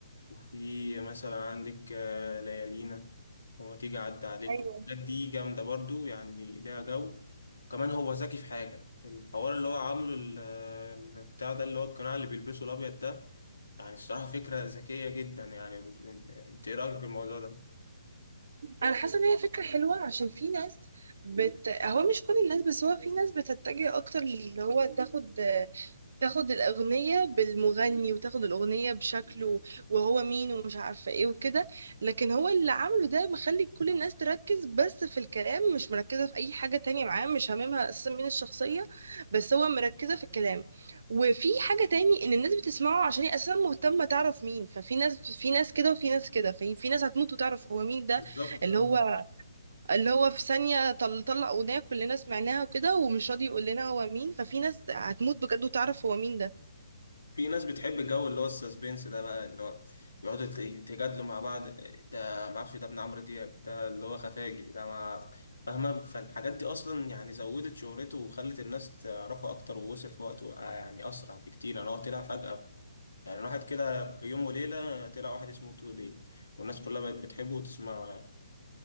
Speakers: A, on the left; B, on the right.
A: وفي مثلا عندك آه، ليالينا وما تيجي أعدي عليك
B: أيوة
A: الحاجات دي جامدة برضو يعني ليها جو كمان هو ذكي في حاجة الحوار اللي هو عامله ال- البتاع ده اللي هو القناع اللي بيلبسه الأبيض ده يعني الصراحة فكرة ذكية جدا يعني انت ايه رأيك في الموضوع ده؟
B: انا حاسه ان هي فكره حلوه عشان في ناس بت... هو مش كل الناس بس هو في ناس بتتجه اكتر اللي هو تاخد تاخد الأغنية بالمغني وتاخد الأغنية بشكله وهو مين ومش عارفة ايه وكده لكن هو اللي عامله ده مخلي كل الناس تركز بس في الكلام مش مركزة في أي حاجة تانية معاه مش هاممها أساسا مين الشخصية بس هو مركزة في الكلام وفي حاجة تاني إن الناس بتسمعه عشان هي أساسا مهتمة تعرف مين ففي ناس في ناس كده وفي ناس كده في في ناس هتموت وتعرف هو مين ده
A: بالظبط
B: اللي
A: اه
B: هو اللي هو في ثانية طل طلع أغنية كلنا سمعناها وكده ومش راضي يقول لنا هو مين ففي ناس هتموت بجد وتعرف هو مين ده
A: في ناس بتحب الجو اللي هو السسبنس ده بقى اللي هو بيقعدوا يت- يتجادلوا مع بعض ده ما اعرفش ده ابن عمرو دياب ده اللي هو خفاجي ده ما فاهمه فالحاجات دي اصلا يعني زودت شهرته وخلت الناس تعرفه اكتر ووصل في وقته آه، يعني اسرع بكتير انا هو طلع فجأة يعني الواحد كده في يوم وليله طلع واحد اسمه توليت والناس كلها بقت بتحبه وتسمعه يعني